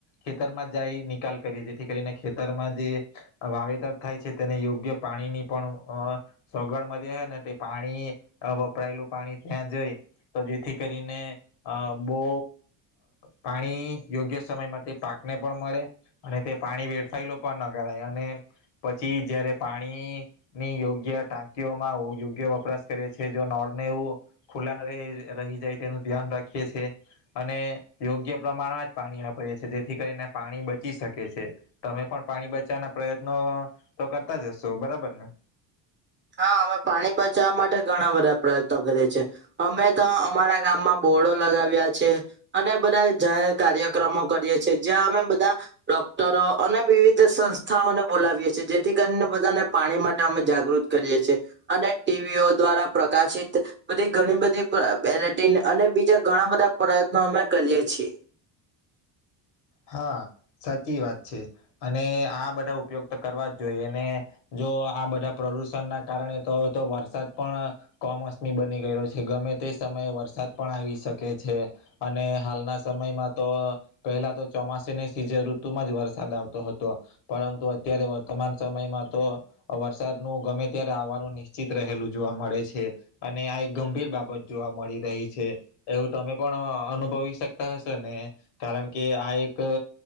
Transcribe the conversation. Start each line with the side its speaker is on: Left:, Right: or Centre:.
Left: ખેતરમાં જાઈ નિકાલ કરીએ જેથી કરીને ખેતરમાં જે વાવેતર થાય છે તેને યોગ્ય પાણીની પણ સગવડ મળી હે ને ત પાણી વપરાયેલું પાણી ત્યાં જઈ તો જેથી કરીને અ બઉ પાણી યોગ્ય સમય માટે પાકને પણ મળે અને તે પાણી વેરફાયેલું પણ ન કરાય અને પછી જયારે પાણીની યોગ્ય ટાંકીઓમાં યોગ્ય વપરાશ કરે છે જો નળને એવું ખુલ્લા ન રહી જાય તેનું ધ્યાન રાખીએ છે અને યોગ્ય પ્રમાણમાં જ પાણી વાપરીએ છીએ જેથી કરીને પાણી બચી શકે છે તમે પણ પાણી બચવાના પ્રયત્નો તો કરતા જશો બરાબર ને
Right: હા અમે પાણી બચાવવા માટે ઘણા બધા પ્રયત્નો કરીએ છે અમે તો અમારા ગામમાં બોડો લગાવ્યા છે અને બધા જાહેર કાર્યક્રમો કરીએ છે જ્યાં અમે બધા ડોક્ટરો અને વિવિધ સંસ્થાઓને બોલાવીએ છે જેથી કરીને બધાને પાણી માટે અમે જાગૃત કરીએ છીએ અને ટીવીઓ દ્વારા પ્રકાશિત બધી ઘણી બધી બેલેટીન અને બીજા ઘણા બધા પ્રયત્નો અમે કરીએ છીએ.
Left: હા સાચી વાત છે અને આ બધા ઉપયોગ તો કરવા જ જોઈએ ને જો આ બધા પ્રદુષણ ના કારણે તો તો વરસાદ પણ ક મોસમી બની ગયેલો છે ગમે તે સમયે વરસાદ પણ આવી શકે છે અને હાલના સમયમાં તો પહેલા તો ચોમાસાની સીઝન ઋતુમાં જ વરસાદ આવતો હતો પરંતુ અત્યારે વર્તમાન સમયમાં તો વરસાદનું ગમે ત્યારે આવવાનું નિશ્ચિત રહેલું જોવા મળે છે અને આ એક ગંભીર બાબત જોવા મળી રહી છે એવું તમે પણ અનુભવી શકતા હશો ને કારણ કે આ એક કરે